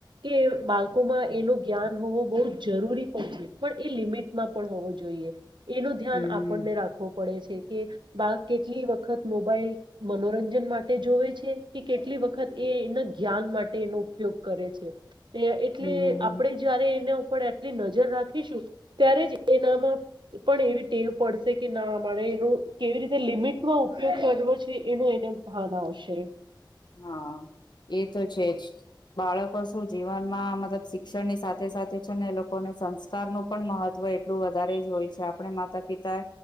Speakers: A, on the right (about 70°); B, on the left (about 65°).
A: કે બાળકોમાં એનો જ્ઞાન હોવો બહુ જરૂરી પણ છે પણ એ લિમિટમાં પણ હોવો જોઈએ એનું ધ્યાન
B: હમ્મ
A: આપણને રાખવું પડે છે કે બાળ કેટલી વખત મોબાઈલ મનોરંજન માટે જોવે છે કે કેટલી વખત એ જ્ઞાન માટે એનો ઉપયોગ કરે છે એટલે
B: હમ્મ.
A: આપણેે જયારે એના ઉપર આટલી નજર રાખીશું ત્યારે જ એનામાં પણ એવી ટેવ પડશે કે ના અમારે એનો કેવી રીતે લિમિટમાં ઉપયોગ કરવો છે એનો ને ભ આવશે
B: હા એ તો છે જ બાળકો શું જીવનમાં મતલબ શિક્ષણની સાથે સાથે છે ને એ લોકોને સંસ્કાર નું પણ મહત્વ એટલું વધારે જ હોય છે આપણે માતા પિતા